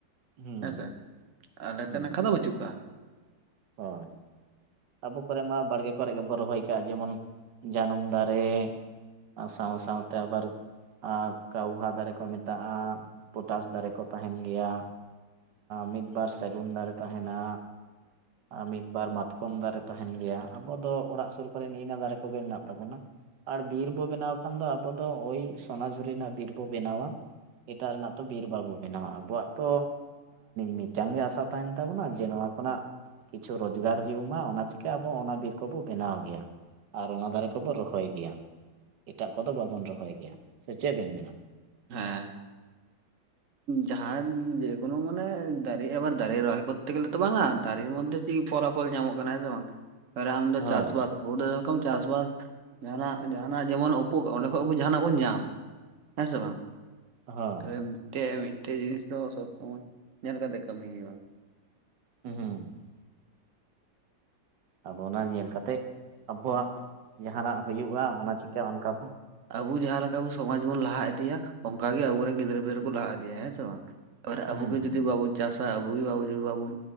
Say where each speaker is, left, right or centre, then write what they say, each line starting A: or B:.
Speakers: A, on the right; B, on the right.
A: ᱦᱩᱸ
B: ᱦᱮᱸ ᱥᱮ ᱟᱞᱮ
A: ᱦᱩᱸ
B: ᱥᱮᱫ ᱱᱟᱠᱷᱟ ᱫᱚ ᱵᱟᱹᱪᱩᱜ ᱠᱟᱜᱼᱟ᱾
A: ᱦᱳᱭ᱾ ᱟᱵᱚ ᱠᱚᱨᱮ ᱢᱟ ᱵᱟᱲᱜᱮ ᱠᱚᱨᱮ ᱜᱮᱵᱚᱱ ᱨᱚᱦᱚᱭ ᱠᱟᱜᱼᱟ ᱡᱮᱢᱚᱱ ᱡᱟᱹᱱᱩᱢ ᱫᱟᱨᱮ, ᱟᱨ ᱥᱟᱶᱼᱥᱟᱶᱛᱮ ᱟᱵᱟᱨ ᱠᱟᱣᱦᱟ ᱫᱟᱨᱮ ᱠᱚ ᱢᱮᱛᱟᱜᱼᱟ ᱯᱚᱴᱟᱥ ᱫᱟᱨᱮ ᱠᱚ᱾ ᱛᱟᱦᱮᱱ ᱜᱮᱭᱟ ᱢᱤᱫ ᱵᱟᱨ ᱥᱟᱹᱜᱩᱱ ᱫᱟᱨᱮ ᱛᱟᱦᱮᱱᱟ, ᱟᱨ ᱢᱤᱫ ᱵᱟᱨ ᱢᱟᱛᱠᱚᱢ ᱫᱟᱨᱮ ᱛᱟᱦᱮᱱ ᱜᱮᱭᱟ ᱟᱵᱚ ᱫᱚ ᱚᱲᱟᱜ ᱥᱩᱨ ᱠᱚᱨᱮ ᱱᱮᱜᱼᱤᱭᱟᱹ ᱫᱟᱨᱮ ᱠᱚᱜᱮ ᱢᱮᱱᱟᱜ ᱛᱟᱵᱚᱱᱟ᱾ ᱟᱨ ᱵᱤᱨ ᱵᱚ ᱵᱮᱱᱟᱣ ᱠᱷᱟᱱ ᱫᱚ ᱟᱵᱚ ᱫᱚ ᱳᱭ ᱥᱚᱱᱟᱡᱷᱩᱨᱤ ᱨᱮᱱᱟᱜ ᱵᱤᱨ ᱵᱚ ᱵᱮᱱᱟᱣᱟ᱾ ᱮᱴᱟᱜ ᱨᱮᱱᱟᱜ ᱛᱚ ᱵᱤᱨ ᱵᱟᱹᱵᱚᱱ ᱵᱮᱱᱟᱶᱟ ᱟᱵᱚᱣᱟᱜ ᱛᱚ ᱢᱤᱫᱴᱟᱝ ᱜᱮ ᱟᱥᱟ ᱛᱟᱦᱮᱱ ᱛᱟᱵᱚᱱᱟ ᱡᱮ ᱱᱚᱣᱟ ᱠᱷᱚᱱᱟᱜ, ᱠᱤᱪᱷᱩ ᱨᱚᱡᱽᱜᱟᱨ ᱦᱩᱭᱩᱜ ᱢᱟ ᱚᱱᱟ ᱪᱤᱠᱟᱹ ᱟᱵᱚ ᱚᱱᱟ ᱵᱤᱨ ᱠᱚᱵᱚ ᱵᱮᱱᱟᱣ ᱜᱮᱭᱟ᱾ ᱟᱨ ᱚᱱᱟ ᱫᱟᱨᱮ ᱠᱚᱵᱚ ᱨᱚᱦᱚᱭ ᱜᱮᱭᱟ᱾ ᱮᱴᱟᱜ ᱠᱚᱫᱚ ᱵᱟᱵᱚᱱ ᱨᱚᱦᱚᱭ ᱜᱮᱭᱟ ᱥᱮ ᱪᱮᱫ ᱵᱮᱱ ᱢᱮᱱᱟ?
B: ᱦᱮᱸ, ᱡᱟᱦᱟᱱ ᱡᱮᱠᱚᱱᱳ ᱢᱟᱱᱮ ᱫᱟᱨᱮ ᱮᱵᱟᱨ ᱫᱟᱨᱮ ᱨᱚᱦᱚᱭ ᱠᱚᱫᱛᱮ ᱜᱮᱞᱮ ᱛᱚ ᱵᱟᱝᱼᱟ ᱫᱟᱨᱮ ᱢᱚᱫᱷᱮ ᱴᱷᱤᱜ ᱯᱷᱚᱞᱟᱯᱷᱚᱞ ᱧᱟᱢᱚᱜ ᱠᱟᱱᱟ ᱦᱮᱸ ᱥᱮ ᱵᱟᱝ ᱛᱟᱦᱚᱞᱮ ᱟᱢ ᱫᱚ
A: ᱦᱳᱭ
B: ᱪᱟᱥᱵᱟᱥ, ᱚᱰᱮ ᱨᱚᱠᱚᱢ ᱪᱟᱥᱵᱟᱥ ᱡᱟᱦᱟᱱᱟᱜ ᱡᱟᱦᱟᱱᱟᱜ ᱡᱮᱢᱚᱱ ᱩᱯᱩ ᱚᱸᱰᱮ ᱠᱷᱚᱭ ᱵᱚ ᱡᱟᱦᱟᱱᱟᱜ ᱵᱚᱱ ᱧᱟᱢ᱾ ᱦᱮᱸ ᱥᱮ ᱵᱟᱝ?
A: ᱦᱳᱭ
B: ᱛᱮ ᱢᱤᱫᱴᱮᱜ ᱢᱤᱫᱴᱮᱜ ᱡᱤᱱᱤᱥ ᱫᱚ ᱥᱚᱵᱽ ᱥᱚᱢᱚᱭ ᱧᱮᱞ ᱠᱟᱛᱮ ᱠᱟᱹᱢᱤ ᱦᱩᱭᱩᱜᱼᱟ᱾
A: ᱦᱩᱸ ᱦᱩᱸ, ᱟᱵᱚᱱᱟᱜ ᱧᱮᱞ ᱠᱟᱛᱮᱜ ᱟᱵᱚᱣᱟᱜ ᱡᱟᱦᱟᱱᱟᱜ ᱦᱩᱭᱩᱜᱼᱟ ᱚᱱᱟ ᱪᱤᱠᱟᱹ ᱚᱱᱠᱟ ᱵᱚ,
B: ᱟᱵᱚ ᱡᱟᱦᱟᱸ ᱞᱮᱠᱟ ᱥᱚᱢᱟᱡᱽ ᱵᱚᱱ ᱞᱟᱦᱟ ᱤᱫᱤᱭᱟ ᱚᱱᱠᱟᱜᱮ ᱟᱵᱚ ᱨᱮᱱ ᱜᱤᱫᱽᱨᱟᱹ ᱯᱤᱫᱽᱟᱹᱨᱟᱹ ᱠᱚ ᱞᱟᱦᱟ ᱤᱫᱤᱭᱟ ᱦᱮᱸ ᱥᱮ ᱵᱟᱝ? ᱚᱨ
A: ᱦᱩᱸ
B: ᱟᱵᱚ ᱜᱮ
A: ᱦᱩᱸ
B: ᱡᱩᱫᱤ ᱵᱟᱵᱚᱱ ᱪᱟᱥᱟ ᱟᱵᱚ ᱜᱮ ᱡᱩᱫᱤ ᱵᱟᱵᱚᱱ,